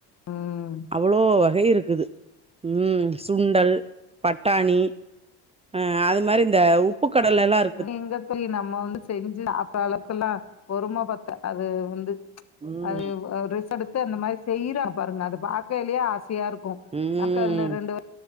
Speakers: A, on the left; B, on the right.
A: ம்
B: அவ்வளோ வகை இருக்குது ம் சுண்டல் பட்டாணி ஆ அது மாரி இந்த உப் புக் கடலை எல்லா இருக்
A: எங்க தோழி நம்ம வந்து செஞ்சு சாப் த அளவுகெல்லா பொருமை பத்தாது வந்து
B: ம்
A: அது ரிசட் து அந்த மாரி செய்றாங்பாருங்க அத பாக்கையிலயே ஆசையா இருக்கு
B: ம்
A: அக்கா அதுல ரெண்டு